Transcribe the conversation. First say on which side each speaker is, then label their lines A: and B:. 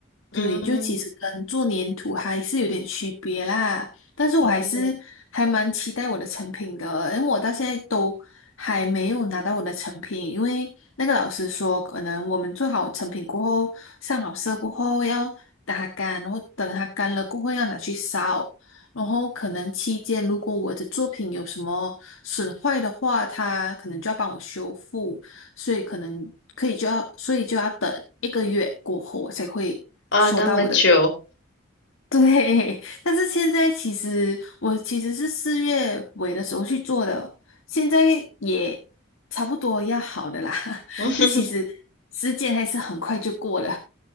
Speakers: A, on the left; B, on the left.
A: 嗯
B: 对，就其实跟做粘土还是有点区别啦，但是我还是还蛮期待我的成品的，
A: 哦
B: 因为我到现在都还没有拿到我的成品，因为那个老师说，可能我们做好成品过后，上好色过后要打它干，然后等它干了过后要拿去烧，然后可能期间如果我的作品有什么损坏的话，他可能就要帮我修复。所以可能可以就要，所以就要等一个月过后我才会收到我的。
A: 哇，那么久，
B: 对，<laughs> 但是现在其实我其实是四月尾的时候去做的，现在也差不多要好的啦，
A: <laughs>
B: <laughs>
A: 嗯哼哼，
B: 就其实时间还是很快就过了。